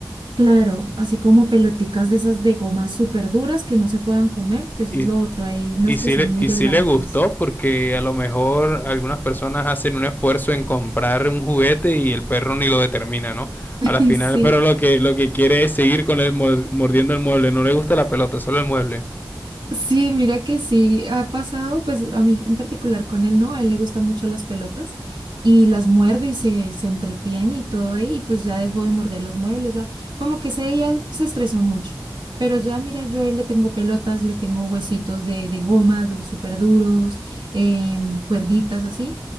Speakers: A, on the right; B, on the left.
A: Claro, así como peloticas de esas de gomas súper duras que no se puedan comer, que eso
B: Y,
A: es lo otro. Hay unas
B: y, sí
A: que son
B: le,
A: muy
B: y
A: delgaditas.
B: sí le gustó porque a lo mejor algunas personas hacen un esfuerzo en comprar un juguete y el perro ni lo determina, ¿no?
A: <laughs>
B: A la final
A: Sí,
B: el perro lo que, lo que quiere es seguir con el mordiendo el mueble, no le gusta la pelota, solo el mueble.
A: Sí, mira que sí, ha pasado, pues a mí en particular con él, ¿no? A él le gustan mucho las pelotas y las muerde y se, se entretiene y todo ahí, y pues ya dejó de morder los muebles, ya como que ese día se estresó mucho. Pero ya, mira, yo a él le tengo pelotas, le tengo huesitos de, de goma, du, súper duros, em, cuerditas así,